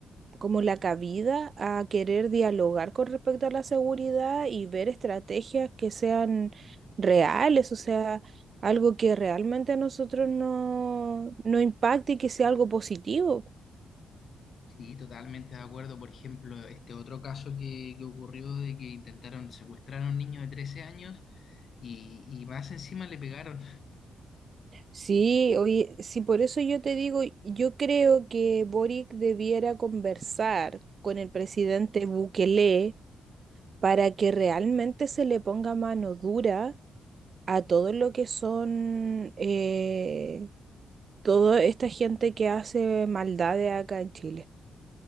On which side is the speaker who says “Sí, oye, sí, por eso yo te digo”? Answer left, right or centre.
Right